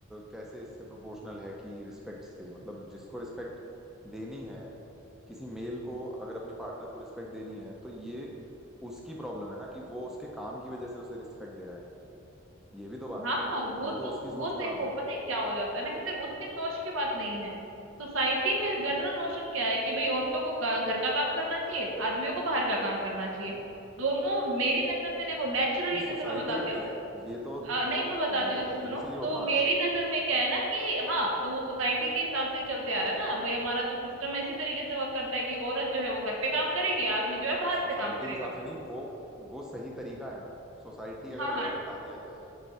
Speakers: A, in the centre; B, on the right.
A: कैसे इससे प्रोपोर्शनल है कि रिस्पेक्ट से मतलब जिसको रिस्पेक्ट देनी है किसी मेल को अगर अपनी पार्टनर को रिस्पेक्ट देनी है तो ये उसकी प्रॉब्लम है ना कि वो उसके काम की वजह से उसे रिस्पेक्ट दे रहा है ये भी तो बात
B: हाँ
A: है ना
B: हाँ, वो
A: ये तो
B: तो
A: उसकी सोच
B: वो तो
A: खराब
B: देखो
A: है
B: पता है क्या हो जाता है ना कि सिर्फ उसकी सोच की बात नहीं है सोसाइटी में
A: हम्म
B: जनरल नोशन क्या है कि भाई औरतों को गा- घर का काम करना चाहिए आदमियों को बाहर का काम करना चाहिए
A: हम्म
B: दोनों मेरी नजर में देखो नेचुरली
A: नहीं सोसाइटी
B: जैसे मैं बताती
A: का नहीं
B: हूँ
A: है ये तो
B: अ, नहीं मैं बताती
A: ये
B: हूँ
A: तो पहले
B: जैसे सुनो
A: से ही होता
B: तो मेरी
A: आ रहा है
B: नजर में क्या है ना कि हाँ तो वो सोसाइटी के हिसाब से चलते आ रहा है ना भाई हमारा जो सिस्टम है इसी तरीके से वर्क करता है कि औरत जो है वो घर पे काम करेगी आदमी जो है
A: हाँ,
B: बाहर
A: वो सोसाइटी
B: से काम करेगा
A: के हिसाब से नहीं वो वो सही तरीका है ना सोसाइटी अगर
B: हाँ
A: वर्ड
B: हाँ
A: हटा दिया जाए